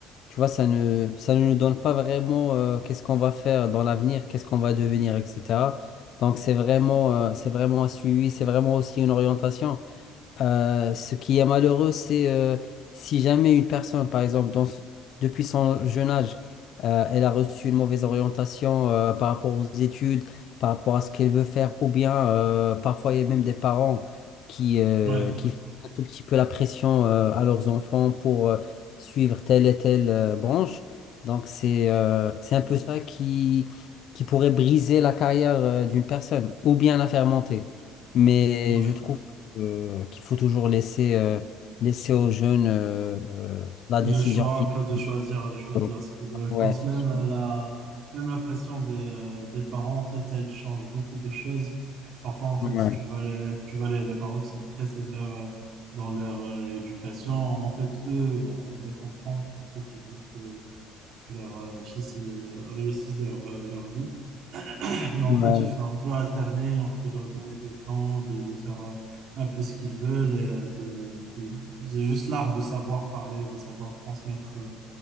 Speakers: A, on the left; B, on the right.
A: Tu vois, ça ne, ça ne nous donne pas vraiment euh, qu'est-ce qu'on va faire dans l'avenir, qu'est-ce qu'on va devenir, etc. Donc, c'est vraiment, euh, c'est vraiment un suivi, c'est vraiment aussi une orientation. Euh, ce qui est malheureux, c'est euh, si jamais une personne, par exemple, dans s- depuis son jeune âge, euh, elle a reçu une mauvaise orientation euh, par rapport aux études, par rapport à ce qu'elle veut faire, ou bien euh, parfois il y a même des parents qui, euh,
B: Ouais,
A: qui font un tout petit peu la pression euh, à leurs enfants pour euh, suivre telle et telle euh, branche. Donc c'est euh, c'est un peu ça qui, qui pourrait briser la carrière euh, d'une personne, ou bien la faire monter. Mais
B: ouais.
A: je trouve euh, qu'il faut toujours laisser, euh, laisser aux jeunes euh, euh, la
B: Le
A: décision
B: choix,
A: finale.
B: un peu de choisir, de choisir
A: Donc,
B: ce qu'il veut. Je
A: Ouais,
B: pense
A: effectivement.
B: même à la, même la pression des, euh, des parents, en fait, elle change beaucoup de choses. Parfois, en fait,
A: Ouais.
B: tu vois les, tu vois les, les parents qui sont très sévères euh, dans leur euh, éducation. En fait, eux, on, on les comprend. En fait, ils veulent que, que leur euh, fils euh, réussisse leur, euh, leur vie. <clears throat> Mais en
A: Ouais.
B: fait, il faut un peu alterner entre leur donner le temps de, de faire euh, un peu ce qu'ils veulent et euh, de, de, c'est juste l'art de savoir parler, de savoir transmettre. euh,